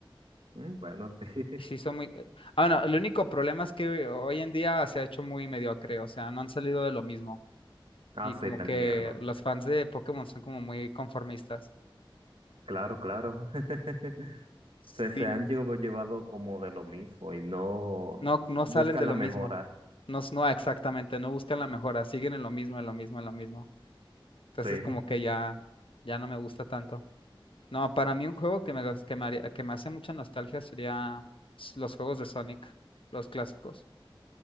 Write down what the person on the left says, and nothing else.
Y sí, son muy. eh, Ah, no, el único problema es que hoy en día se ha hecho muy mediocre, o sea, no han salido de lo mismo. Y
como
que
los fans de Pokémon son como muy conformistas.
Sí.
No, no salen
de lo
mismo. No, s- no exactamente, no buscan la mejora, siguen en lo mismo, en lo mismo, en lo mismo. Entonces
como que ya, ya no me gusta tanto. No, para mí un juego que me, gus- que me haría- que me hace mucha nostalgia sería s- los juegos de Sonic, los clásicos.